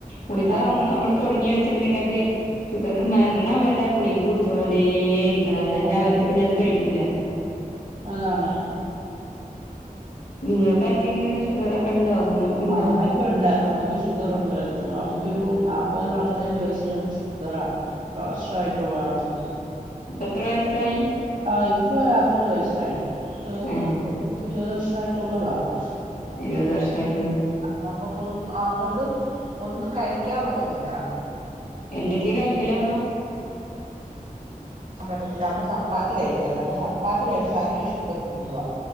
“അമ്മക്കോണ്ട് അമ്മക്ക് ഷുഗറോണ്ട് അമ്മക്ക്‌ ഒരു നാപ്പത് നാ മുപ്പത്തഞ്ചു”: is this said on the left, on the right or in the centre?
Right